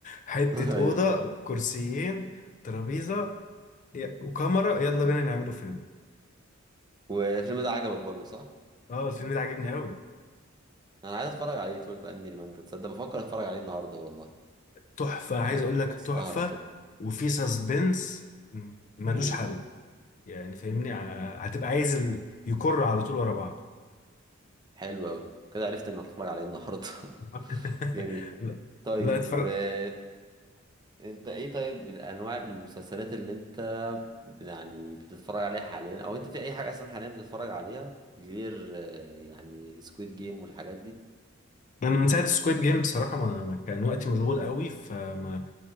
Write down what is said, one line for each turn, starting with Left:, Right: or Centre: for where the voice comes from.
Left: حتة
Right: <laughs> ايوه
Left: أوضة كرسيين ترابيزة ي- وكاميرا يلا بينا نعمله فيلم
Right: والفيلم ده عجبك برضه صح
Left: اه الفيلم ده عاجبني أوي
Right: انا عايز اتفرج عليه 12 انجري مان ده تصدق بفكر اتفرج عليه النهارده والله
Left: تحفة عايز
Right: يعني
Left: أقول لك تحفة
Right: سهرة كده
Left: وفي سسبنس ملوش
Right: امم
Left: حل يعني فاهمني ع- هتبقى عايز ال... يكر على طول ورا بعض
Right: حلو قوي كده عرفت ان اتفرج عليه النهارده
Left: <laughs>
Right: <laughs> جميل
Left: لا
Right: طيب
Left: لا اتفرج
Right: آه، انت ايه طيب انواع المسلسلات اللي انت يعني بتتفرج عليها حاليا او انت في اي حاجه اصلا حاليا بتتفرج عليها غير آه، يعني سكويد جيم والحاجات دي
Left: انا من ساعه سكويد جيم بصراحه ما ما كان وقتي مشغول قوي فما